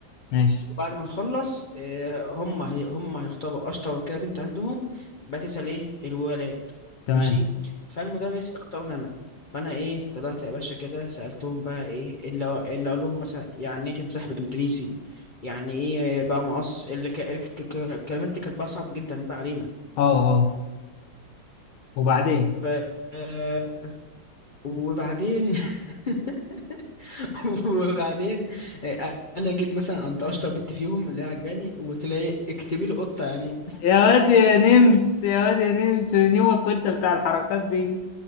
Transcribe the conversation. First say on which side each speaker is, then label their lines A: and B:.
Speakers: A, on the left (about 85°); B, on the left (about 35°).
A: ماشي
B: وبعد ما نخلص آه، هم هي هم هيختاروا اشطر كده بنت عندهم بقى تسأل ايه الولاد
A: تمام
B: ماشي فالمدرس اختارني انا فانا ايه طلعت يا باشا كده سألتهم بقى ايه إيه اللي إيه اللي اقول لهم مثلا يعني ايه تمسح بالانجليزي يعني ايه بقى مقص اللي ك- الك- ك- الكلمات دي كانت بقى صعبة جدا بقى علينا
A: اه اه وبعدين
B: ف آه، وبعدين <laughs> <laughs> وبعدين آه، انا جيت مثلا قمت اشطر بنت فيهم اللي هي عجباني وقلت لها ايه اكتبي لي قطه يعني
A: يا واد يا نمس يا واد يا نمس من يومك كنت بتاع الحركات دي